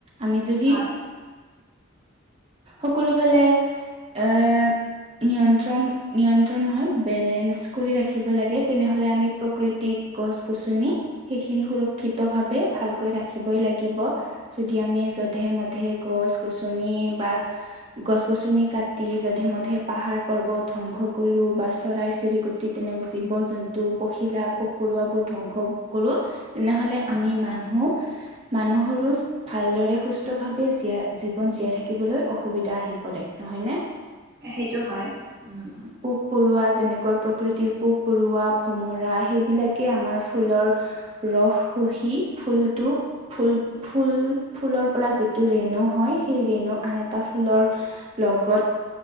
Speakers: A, on the right; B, on the right.
A: আমি যদি
B: হয়
A: সকলো ফালে এ নিয়ন্ত্ৰণ নিয়ন্ত্ৰণ নহয় বেলেঞ্চ কৰি ৰাখিব লাগে তেনেহ'লে আমি প্ৰকৃতিক গছ গছনি সেইখিনি সুৰক্ষিত ভাৱে ভালকৈ ৰাখিবই লাগিব। যদি আমি যধে মধে গছ গছনি বা গছ গছনি কাট টি যধে মধে পাহাৰ পৰ্বত ধংস কৰো বা চৰাই চিৰিকটি তেনে জীৱ জন্তু, পখিলা পোক পৰুৱাবোৰ ধ্বংস কৰো। তেনেহলে
B: হয়
A: আমি মানুহ মানুহৰো ভালদৰে সুস্থ ভাৱে জীয়াই জীৱন জীয়াই থাকিবলৈ অসুবিধা আহি পৰে নহয় নে
B: সেইটো হয় উম
A: পোক পৰুৱা যেনেকৈ প্ৰকৃতিৰ পোক পৰুৱা ভমৰা সেইবিলাকেই আমাৰ ফুলৰ ৰস শুহি ফুলটো ফুল ফুল ফুলৰ পৰা যিটো ৰেণু হয় সেই ৰেণু আন এটা ফুলৰ লগত